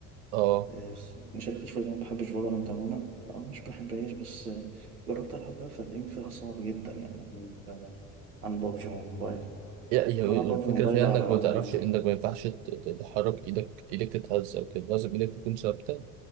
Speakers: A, on the right; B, on the right.
A: أه
B: آه، بس ما شاركتش في ما بحبش فالورانت عموما او مش بحبهاش بس آه، جربت العبها فالإيم فيها صعب جدا يعني عن عن بابجي موبايل
A: يعني هي-
B: بلعب
A: الفكرة
B: بابجي موبايل
A: فيها
B: على
A: إنك ما
B: ايميليتور
A: تعرفش إنك ما ينفعش ت- تتحرك إيدك إيدك تتهز أو كده لازم إيدك تكون ثابتة